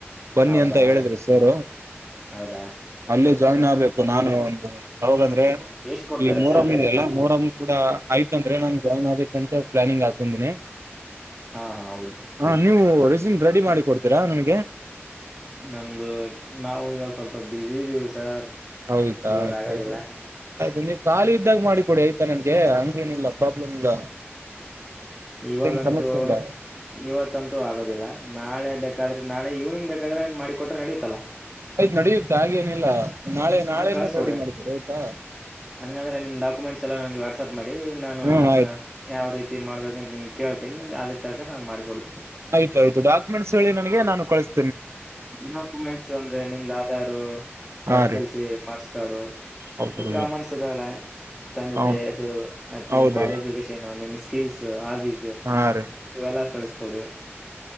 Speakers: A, on the right; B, in the centre.
A: ಬನ್ನಿ
B: ಹೌದಾ
A: ಅಂತ ಹೇಳಿದ್ರರು ಸರ್
B: ಹೌದಾ
A: ಅಲ್ಲಿ ಜಾಯಿನ್ ಆಗ್ಬೇಕು ನಾನು ಒಂದು ಹೌದ್ರದ್ರೆ
B: ಎಷ್ಟ್ ಕೊಡ್ತಾರೆ
A: ಈ ಮೊರಂ
B: ಸ್ಯಾಲ್ರಿ
A: ಇದಿಯಲ್ಲ ಮೊರಂ ಕೂಡ ಆಯ್ತ ಅಂದ್ರೆನ ಜಾಯಿನ್ ಆಗಬೇಕ ಅಂತ ಪ್ಲಾನಿಂಗ್ ಹಾಕದಿನಿ
B: ಹಾ ಹಾ ಹೌದು
A: ಹ ನೀವು ರೇಸುಮೆ ರೆಡಿ ಮಾಡಿ ಕೊಡ್ತೀರಾ ನನ್ಗೆ
B: ನಮ್ದು ನಾವು ಇವಾಗ ಸ್ವಲ್ಪ ಬ್ಯಿಸಿ ಇದೀವಿ ಸರ್
A: ಹೌದ
B: ಇವಾಗ ಆಗೋದಿಲ್ಲ
A: ಸರಿ ಆಯ್ತು ನೀ ಖಾಲಿ ಇದ್ದಾಗ ಮಾಡಿಕೊಡಿ ಆಯ್ತಾ ನನ್ಗೆ ಹಂಗೇನಿಲ್ಲ ಪ್ರಾಬ್ಲಮ್ ಇಲ್ಲ.
B: ಇವಾಗಂತೂ
A: ಏನ್ ಸಮಸ್ಯೆ ಇಲ್ಲ
B: ಇವತ್ತಂತೂ ಆಗೋದಿಲ್ಲ ನಾಳೆ ಬೇಕಾದ್ರೆ ನಾಳೆ ಇವ್ನಿಂಗ್ ಬೇಕ. ಕದ್ರೆ ಏನ್ ಮಾಡಿ ಕೊಟ್ರೆ ನಡೆಯುತ್ತಲ್ಲ.
A: ಆಯ್ತ್ ನಡೆಯುತ್ತೆ ಹಾಗೇನಿಲ್ಲ. ನಾಳೆ
B: ಹಾ
A: ನಾಳೆನೇ
B: ಕಳ್ಸ್ಕೊಡಿ
A: ರೆಡಿ ಮಾಡಿಕೊಡಿ ಆಯ್ತಾ
B: ಹಂಗಂದ್ರೆ ನಿಮ್ ಡಾಕ್ಯುಮೆಂಟ್ಸ್ ಎಲ್ಲ ವಾಟ್ಸಪ್ ಮಾಡಿ ನಾನು
A: ಹ್ಮ್
B: ಅದ್ನ
A: ಆಯ್ತು
B: ಯಾವ ರೀತಿ. ತಿ ಮಾಡ್ಬೇಕ ಅಂತ ನಿಮಗ ಕೇಳ್ತಿನಿ ನಿಮ್ ಅದೇ ತಕರ ನಾನ್ ಮಾಡಿಕೊಡತೀನಿ.
A: ಆಯ್ತ ಆಯ್ತು ಡಾಕುಮೆಟ್ಸ್ ಹೇಳಿ ನನಗೆ ನಾನು ಕಳಸ್
B: ಡಾಕ್ಯುಮೆಂಟ್ಸ್ ಅಂದ್ರೆ ನಿಮ್ದ್ ಆಧಾರ
A: ಹಾ
B: ಎಸ್
A: ರೀ
B: ಎಲ್ ಸಿ ಮಾರ್ಕ್ಸ್ ಕಾರ್ಡು
A: ಹೌದು
B: ಈ ಕಾಮನ್ಸ್ ಅದಲ್ಲ ತಂದೆ
A: ಹ
B: ತಾಯಿ ಹೆಸರು ಮತ್ತ
A: ಹೌದ್ರಿ
B: ನಿಮ್ ಕ್ವಾಲಿಫಿಕೇಶನ್ ನಿಮ್ ಸ - ಕಿಲ್ಸ್ ಹಾಬೀಸ್. ಸು
A: ಹಾ ರೀ
B: ಇವೆಲ್ಲ. ಕಳಿಸಕೊಡಿ.